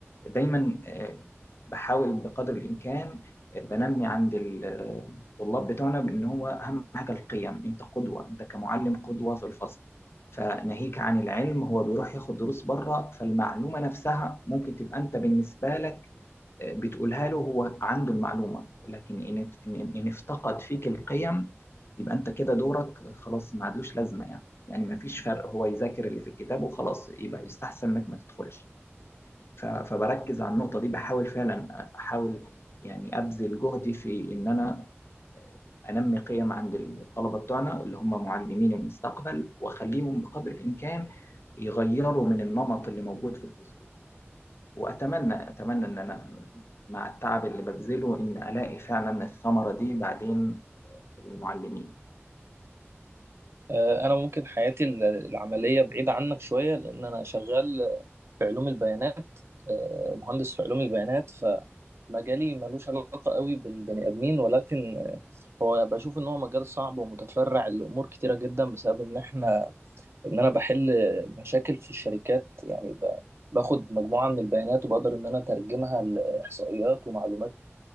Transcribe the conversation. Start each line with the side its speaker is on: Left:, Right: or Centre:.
Left: دايما آه، بحاول بقدر الامكان آه، بنمي عند الطلاب بتوعنا بان هو اهم حاجه القيم انت قدوه انت كمعلم قدوه في الفصل فناهيك عن العلم هو بيروح ياخد دروس بره فالمعلومه نفسها ممكن تبقى انت بالنسبه لك بتقولها له هو عنده المعلومة لكن إن إن إن افتقد فيك القيم يبقى أنت كده دورك خلاص ما عادلوش لازمة يعني يعني ما فيش فرق هو يذاكر اللي في الكتاب وخلاص يبقى يستحسن إنك ما تدخلش ف- فبركز على النقطة دي بحاول فعلا أحاول يعني أبذل جهدي في إن أنا أنمي قيم عند الطلبة بتوعنا اللي هم معلمين المستقبل وأخليهم بقدر الإمكان يغيروا من النمط اللي موجود في الفصول وأتمنى أتمنى إن أنا مع التعب اللي ببذله إن ألاقي فعلا الثمرة دي بعدين في المعلمين
Right: آه، انا ممكن حياتي ال- العملية بعيدة عنك شوية لان انا شغال في علوم البيانات آه، مهندس في علوم البيانات فمجالي ملوش علاقة قوي بالبني ادمين ولكن آه، هو بشوف ان هو مجال صعب ومتفرع لامور كتيرة جدا بسبب ان احنا ان انا بحل مشاكل في الشركات يعني ب- باخد مجموعة من البيانات وبقدر ان انا اترجمها لاحصائيات ومعلومات